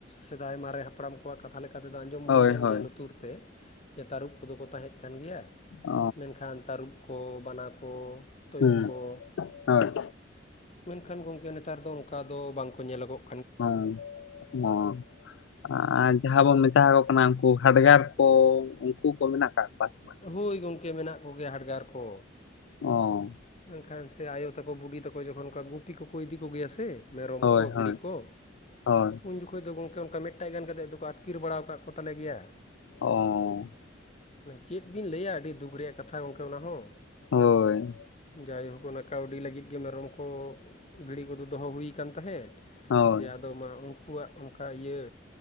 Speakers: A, on the left; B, on the left.
A: ᱥᱮᱫᱟᱭ ᱢᱟᱨᱮ ᱦᱟᱯᱲᱟᱢ ᱟᱠᱚᱣᱟᱜ ᱠᱟᱛᱷᱟ ᱞᱮᱠᱟᱛᱮᱫᱚ ᱟᱸᱡᱚᱢ
B: ᱦᱳᱭ
A: ᱦᱩᱭ ᱟᱠᱟᱱ
B: ᱦᱳᱭ
A: ᱜᱮᱭᱟ ᱞᱩᱛᱩᱨ ᱛᱮ ᱡᱮ ᱛᱟᱹᱨᱩᱵ ᱠᱚᱫᱚ ᱠᱚ ᱛᱟᱦᱮᱸᱫ ᱠᱟᱱ ᱜᱮᱭᱟ।
B: ᱚ
A: ᱢᱮᱱᱠᱷᱟᱱ ᱛᱟᱹᱨᱩᱵ ᱠᱚ ᱵᱟᱱᱟ ᱠᱚ ᱛᱳᱭᱳ
B: ᱦᱩᱸ
A: ᱠᱚ
B: ᱦᱳᱭ।
A: ᱢᱮᱱᱠᱷᱟᱱ ᱜᱚᱝᱠᱮ ᱱᱮᱛᱟᱨ ᱫᱚ ᱚᱱᱠᱟ ᱫᱚ ᱵᱟᱝ ᱠᱚ ᱧᱮᱞᱚᱜᱚᱜᱼᱼ
B: ᱦᱮᱸ ᱦᱚᱸ ᱟᱨ ᱡᱟᱦᱟᱸ ᱵᱚᱱ ᱢᱮᱛᱟᱠᱚ ᱠᱟᱱᱟ ᱩᱱᱠᱩ ᱦᱟᱰᱜᱟᱨ ᱠᱚ ᱩᱱᱠᱩ ᱠᱚ ᱢᱮᱱᱟᱜ ᱟᱠᱟᱜ ᱠᱚᱣᱟ। ᱵᱟᱝ?
A: ᱦᱳᱭ ᱜᱚᱝᱠᱮ ᱢᱮᱱᱟᱜ ᱠᱚᱜᱮᱭᱟ ᱦᱟᱰᱜᱟᱨ ᱠᱚ।
B: ᱚ
A: ᱢᱮᱱᱠᱷᱟᱱ ᱥᱮ ᱟᱭᱳ ᱛᱟᱠᱚ ᱵᱩᱰᱤ ᱛᱟᱠᱚ ᱡᱚᱠᱷᱚᱱ ᱚᱱᱠᱟ ᱜᱩᱛᱤ ᱠᱚᱠᱚ ᱤᱫᱤ ᱠᱚᱜᱮᱭᱟ ᱥᱮᱼᱼ ᱢᱮᱨᱚᱢ
B: ᱦᱳᱭ
A: ᱠᱚ ᱵᱷᱤᱲᱤ
B: ᱦᱳᱭ
A: ᱠᱚ
B: ᱦᱳᱭ
A: ᱩᱱ ᱡᱚᱠᱷᱚᱡ ᱫᱚ ᱜᱚᱢᱼᱼ ᱠᱮ ᱚᱱᱠᱟ ᱢᱤᱫᱴᱟᱡ ᱜᱟᱱ ᱠᱟᱛᱮᱫ ᱫᱚᱠᱚ ᱟᱛᱠᱤᱨ ᱵᱟᱲᱟᱣ ᱠᱟᱜ ᱠᱚᱛᱟᱞᱮ ᱜᱮᱭᱟ।
B: ᱚᱻ
A: ᱪᱮᱫ ᱵᱤᱱ ᱞᱟᱹᱭᱟ ᱟᱹᱰᱤ ᱫᱩᱠ ᱨᱮᱭᱟᱜ ᱠᱟᱛᱷᱟ ᱜᱚᱢᱠᱮ ᱚᱱᱟ ᱦᱚᱸ।
B: ᱦᱳᱭ।
A: ᱡᱟᱭᱦᱳᱠ ᱚᱱᱟ ᱠᱟᱹᱣᱰᱤ ᱞᱟᱹᱜᱤᱫ ᱜᱮ ᱢᱮᱨᱚᱢ ᱠᱚ ᱵᱷᱤᱲᱤ ᱠᱚᱫᱚ ᱫᱚᱦᱚ ᱦᱩᱭ ᱠᱟᱱ ᱛᱟᱦᱮᱸᱫ।
B: ᱦᱳᱭ
A: ᱡᱮ ᱟᱫᱚ ᱢᱟ ᱩᱱᱠᱩᱣᱟᱜ ᱚᱱᱠᱟ ᱤᱭᱟᱹ